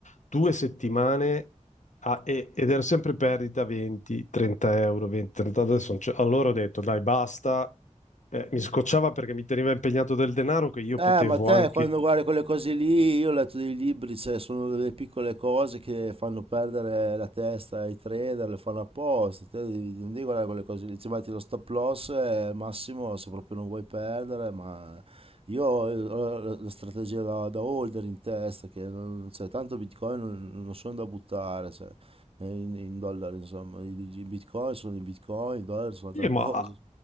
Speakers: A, on the left; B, on the right.
A: due settimane a- e- ed era sempre perdita 20, 30 euro, 20, 30 adesso. non c'è- Allora ho detto, dai, basta. Eh, mi scocciava perché mi teneva impegnato del denaro che io potevo
B: Eh, ma te
A: anche...
B: quando guardi quelle cose lì, io ho letto dei libri, cioè, sono delle piccole cose che fanno perdere la testa ai trader, le fanno apposta, te devi- non devi guardare quelle cose lì, ti metti lo stop loss eh, al massimo se proprio non vuoi perdere, ma io ho ho la la strategia da, da holder in testa, che non, cioè, tanto bitcoin non, non sono da buttare, cioè, eh, in, in dollari insomma, i, i bitcoin sono i bitcoin, i dollari sono altra
A: Eh,
B: cosa.
A: ma